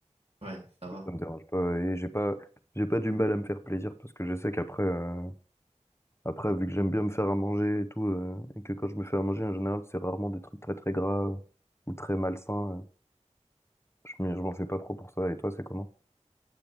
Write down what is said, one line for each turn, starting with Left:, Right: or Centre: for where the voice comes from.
Right: Ouais, ça va.
Left: ça me dérange pas et j'ai pas, j'ai pas du mal à me faire plaisir parce que je sais qu'après. euh, Après, vu que j'aime bien me faire à manger et tout, euh, et que quand je me fais à manger, en général, c'est rarement des trucs très très gras euh, ou très malsains. euh, je m'y- je m'en fais pas trop pour ça. Et toi, c'est comment?